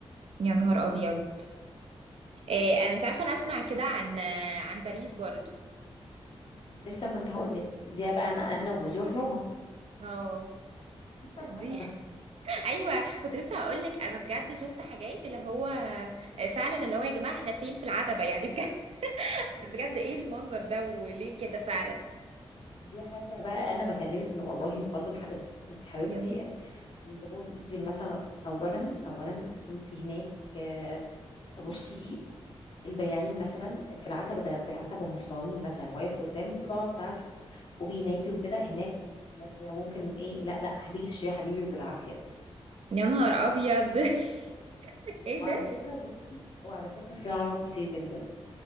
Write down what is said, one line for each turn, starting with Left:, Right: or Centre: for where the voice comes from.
Right: يا نهار ابيض إيه انا انت عارفه انا اسمع كده عن عن باريس برضو
Left: لسه كنت هقول لك دي بقى انا انا وجوزي رحناها
Right: اه
Left: لسه العتبه
Right: دي <laughs> ايوه كنت لسه هقول لك انا بجد شفت حاجات اللي هو آه، فعلا اللي هو يا جماعه احنا فين في العتبه يعني بجد <laughs> بجد ايه المنظر ده وليه كده فعلا
Left: دي حاجه بقى انا بكلمك من والله من قلب الحدث انت حبيبتي
Right: يلا
Left: دبل ايفل مثلا اولا اولا انت هناك آه، بصي البياعين مثلا في العتبه ده في العتبه محترمين مثلا واقف قدام البضاعه بتاعته وبينادي وكده هناك هناك ممكن ايه لا لا هتيجي تشتريها حبيبي بالعافيه
Right: يا نهار ابيض <laughs> ايه
Left: وعلى
Right: ده
Left: فكرة بص وعلى فكرة في عرب كتير جدا